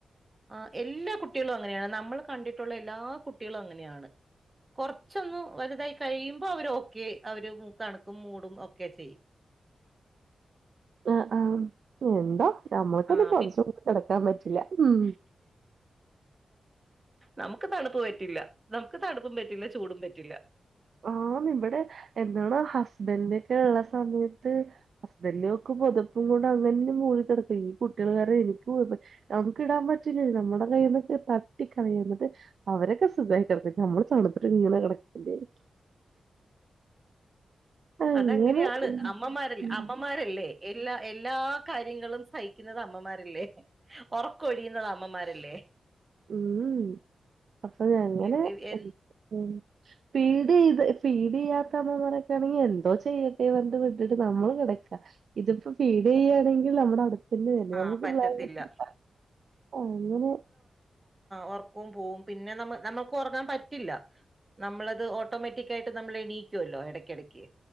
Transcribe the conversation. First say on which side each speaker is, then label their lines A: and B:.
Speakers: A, on the right; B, on the right.
A: ആ എല്ലാ കുട്ടികളും അങ്ങനെയാണ്. നമ്മൾ കണ്ടിട്ടുള്ള എല്ലാ കുട്ടികളും അങ്ങനെയാണ് കുറച്ചൊന്ന് വലുതായി കഴിയുമ്പോ അവർ ഓക്കെ അവര് കണക്കും മൂടും ഒക്കെ ചെയ്യും.
B: ആ ആ എന്താ നമ്മൾക്കത്
A: ആ
B: പൊതച്
A: പി
B: മൂടി കിടക്കാൻ പറ്റി ല്ല ഉം
A: നമുക്ക് തണുപ്പ് പറ്റില്ല. നമുക്ക് തണുപ്പും പറ്റില്ല, ചൂടും പറ്റില്ല.
B: ആഹ് ഇവിടെ എന്താണ് ഹസ്ബൻന്റ ഒക്കെ ഉള്ള സമയത്ത് ഹസ്ബന്റൊക്കെ പൊതപ്പ് മൂ ങ്ങനെ മൂടിക്കിടക്ക ഈ കുട്ടികൾക്കാരണം എനിക്ക് പൊതപ്പ നമുക്ക് ഇടാൻ പറ്റില്ലേ നമ്മുടെ കൈന്നൊക്കെ ത ട്ടിക്കളയും <unintelligible> അവരൊക്കെ സുഖായിട്ടുറങ്ങും നമ്മള് തണുത്തിട്ട് ഇങ്ങനെ കിടക്കേണ്ടിവരും അങ്ങനെ
A: അതങ്ങനെയാണ്
B: ഉം
A: അമ്മമാരല്ല
B: ഉം
A: അമ്മമാരല്ലേ എല്ലാ എല്ലാ കാര്യങ്ങളും സഹിക്കുന്നുന്നത് അമ്മമാരല്ലേ ഉറക്കൊഴിയുന്നത് അമ്മമാര് അല്ലേ
B: ഉം അപ്പൊ അങ്ങനെ
A: ഇവ് ഇവ് എൻ
B: ഉം ഫീഡ് ചെയ്ത് ഫീഡ് ചെയ്യാത്തമ്മ മാരൊക്കെ ആണെങ്കിൽ എന്തോ ചെയ്യട്ടെ പറഞ്ഞിട്ട് വിട്ടിട്ട് നമ്മൾ കിടക് ക്കതിപ്പോ ഫീഡ് ചെയ്യാണെങ്കിൽ നമ്മടെ അട പിന്നെ തന്നെ
A: ആഹ്
B: നമ്മുക്ക്
A: പറ്റത്തില്ല.
B: വൈകിട്ട അങ്ങനെ
A: ഒറക്കോം പോവും പിന്നെ നമ്മ നമ്മക്ക് ഉറങ്ങാൻ പറ്റില്ല. നമ്മളത് ഓട്ടോമാറ്റിക് ആയിട്ട് നമ്മൾ എണീക്കുവല്ലോ ഇടക്കിടക്ക്.